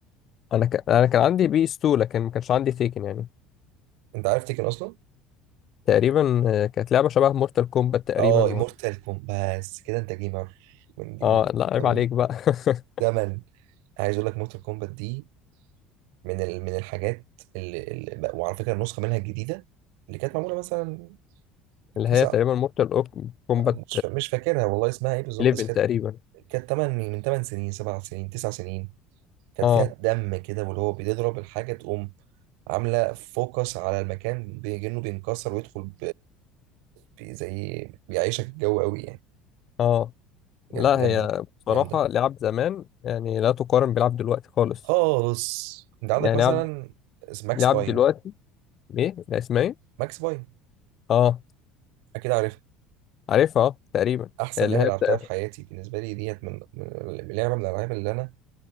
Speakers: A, on the left; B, on the right.
A: انا ك... انا كان عندي بي اس 2 لكن ما كانش عندي تيكن يعني
B: انت عارف تكن اصلا
A: تقريبا آه، كانت لعبه شبه مورتال كومبات تقريبا
B: اه مورتال
A: ولا
B: كومبات بس كده انت جيمر من جيم
A: اه لا عيب
B: زمن
A: عليك بقى <laughs>
B: زمن عايز اقول لك مورتال كومبات دي من ال... من الحاجات اللي... اللي... وعلى فكره النسخه منها الجديده اللي كانت معموله مثلا
A: اللي
B: تسع
A: هي تقريبا مورتال كومبات
B: مش فا- مش فاكرها والله اسمها ايه بالظبط
A: 11
B: بس
A: تقريبا
B: كانت كانت 8 من 8 سنين 7 سنين 9 سنين كانت
A: اه
B: فيها دم كده واللي هو بتضرب الحاجه تقوم عامله فوكس على المكان بيجنه بينكسر ويدخل في زي بيعيشك الجو قوي يعني
A: اه
B: بجد
A: لا
B: جامده
A: هي بصراحة
B: جامده
A: لعب زمان يعني لا تقارن بلعب دلوقتي خالص
B: خالص انت عندك
A: يعني
B: مثلا
A: لعب
B: اس- ماكس
A: لعب
B: باين
A: دلوقتي ايه لا اسمها ايه
B: ماكس باين
A: اه
B: اكيد عارفها
A: عارفها اه تقريبا
B: احسن
A: اللي
B: لعبه
A: هي
B: لعبتها
A: بتاع
B: في حياتي بالنسبه لي ديت من من- لعبه من الالعاب اللي انا